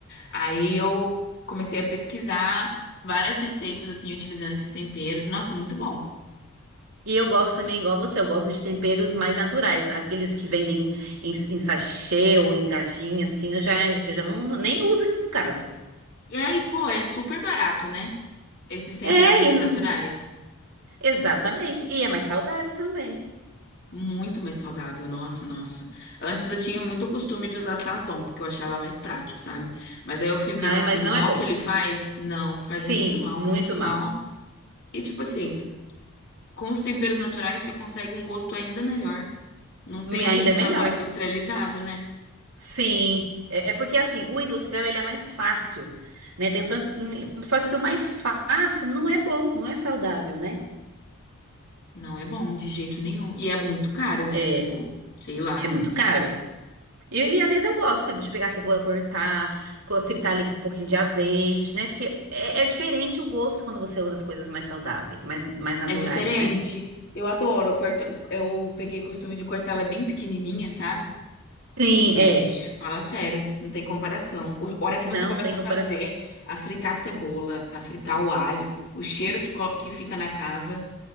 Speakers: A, on the left (about 55°); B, on the right (about 80°).
A: Aí eu comecei a pesquisar várias receitas, assim, utilizando esses temperos. Nossa, muito bom.
B: E eu gosto também, igual você, eu gosto de temperos mais naturais, né? aqueles que vendem em, em sachê ou em caixinha, assim, eu já, eu já não, nem uso aqui em casa.
A: E aí, pô, é super barato, né? Esses temperos
B: É,
A: mais
B: e não-
A: naturais.
B: exatamente. E é mais saudável também.
A: Muito mais saudável, nossa, nossa. Antes eu tinha muito costume de usar Sazon, porque eu achava mais prático, sabe? Mas aí eu fui vendo
B: Ai, mas
A: o mal
B: não é bom.
A: que ele faz. Não, faz
B: Sim,
A: muito mal,
B: muito
A: muito
B: mal.
A: mal. E tipo assim, com os temperos naturais você consegue um gosto ainda melhor. Não tem
B: Me-
A: aquele
B: Ainda
A: sabor
B: é melhor.
A: industrializado, né?
B: Sim, é, é porque assim, o industrial ele é mais fácil, né? Tem tanto, hum, só que o mais fácil não é bom, não é saudável, né?
A: Não é bom de jeito nenhum. E é muito caro, né?
B: É,
A: Tipo, sei lá.
B: é muito caro. E, e às vezes eu gosto, sabe, de pegar a cebola, cortar, co- fritar ali com um pouquinho de azeite, né? Porque é, é diferente o gosto quando você usa as coisas mais saudáveis, mais, mais naturais,
A: É diferente.
B: né?
A: Eu adoro, eu corto, eu peguei costume de cortá-la bem pequenininha, sabe?
B: Sim,
A: Gente,
B: é.
A: fala sério, não tem comparação. O- a hora que
B: Não
A: você começa
B: tem
A: a
B: comparação.
A: fazer, a fritar a cebola, a fritar o alho, o cheiro que, co- que fica na casa,